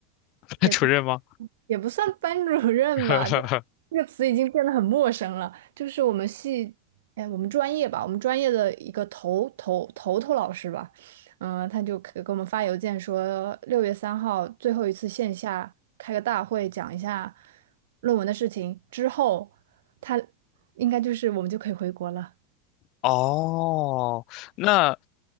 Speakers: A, on the left; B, on the right.
A: <laughs>
B: 也
A: 班主任吗？
B: 也不算班主任吧，
A: <laughs>
B: 就这个词已经变得很陌生了。就是我们系，哎，我们专业吧，我们专业的一个头头头头老师吧，嗯、他就给给我们发邮件说，六月三号最后一次线下开个大会，讲一下论文的事情，之后他应该就是我们就可以回国了。
A: 哦，那